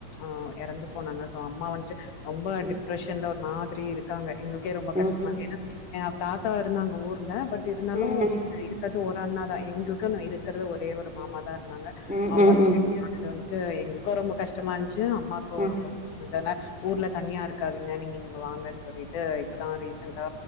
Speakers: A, on the left; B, in the centre.
A: அ இறந்து போனாங்க சோ அம்மா வந்துட்டு ரொம்ப
B: ம்
A: டிப்ரெஷன்ல ஒரு மாதிரி இருக்காங்க எங்களுக்கே ரொம்ப கஷ்
B: ம் ம்
A: என் தாத்தா இருந்தாங்க ஊர்ல பட் இருந்தாலு
B: ம் ம் ம்
A: க்குறது ஒரு அண்ணா தான் எங்களுக்குன்னு இருக்கிறது ஒரே ஒரு மாமா தான் இருந்தாங்க
B: ம்
A: அவங்க
B: ம்
A: வந்துட்டு
B: ம்
A: இப்டி ஆனது வந்து ட்டு எங்களுக்கும் ரொம்ப கஷ்டமா இருந்திச்சி அம்மாக்கும்
B: ம்
A: ரொம்ப கஷ்டமா இருந்திச்சசி ஆனா ஊர்ல தனியா இருக்காதீங்க நீங்க இங்க வாங்கன்னு சொல்லிட்டு இப்பதான் ரீசென்டா